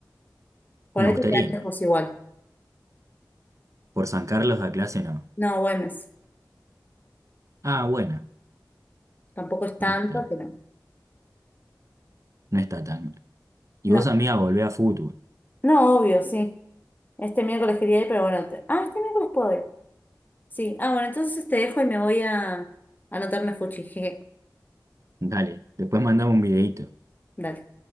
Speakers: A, on the left (about 25°); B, on the right (about 45°).
A: Por
B: Me
A: ahí
B: gustaría,
A: te quedas lejos igual.
B: por San Carlos la clase no.
A: No, Güemes.
B: Ah, bueno,
A: Tampoco es tanto,
B: no está,
A: pero.
B: no está tan mal. Y
A: No,
B: vos, amiga, volvé a fútbol.
A: no, obvio, sí. Este miércoles quería ir, pero bueno. te- Ah, este miércoles puedo ir. Sí. Ah, bueno, entonces te dejo y me voy a a anotarme fuchi. Jeje.
B: Dale, después mandame un videíto.
A: Dale.